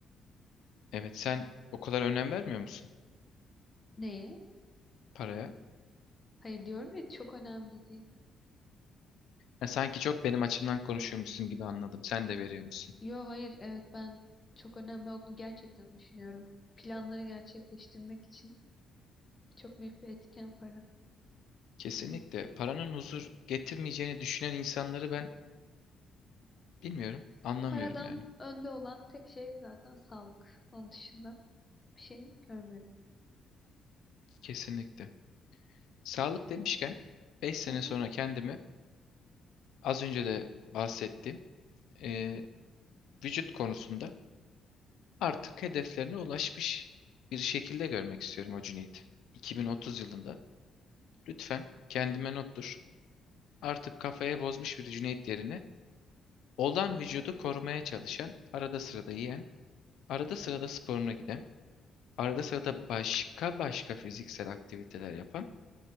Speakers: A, on the left; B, on the left.
A: Evet, sen o kadar önem vermiyor musun
B: Neye?
A: paraya?
B: Hayır diyorum ya çok önemli değil.
A: Ya sanki çok benim açımdan konuşuyormuşsun gibi anladım. Sen de veriyor musun?
B: Yo hayır evet ben çok önemli olduğunu gerçekten düşünüyorum. Planları gerçekleştirmek için çok büyük bir etken para.
A: Kesinlikle. Paranın huzur getirmeyeceğini düşünen insanları ben bilmiyorum, anlamıyorum
B: Paradan
A: yani.
B: önde olan tek şey zaten sağlık. Onun dışında bir şey görmüyorum.
A: Kesinlikle. Sağlık demişken 5 sene
B: <laughs>
A: sonra kendimi Az önce de bahsettiğim e, vücut konusunda artık hedeflerine ulaşmış bir şekilde görmek istiyorum o Cüneyt. 2030 yılında lütfen kendime nottur. Artık kafaya bozmuş bir Cüneyt yerine olan vücudu korumaya çalışan, arada sırada yiyen, arada sırada sporuna giden, arada sırada başka başka fiziksel aktiviteler yapan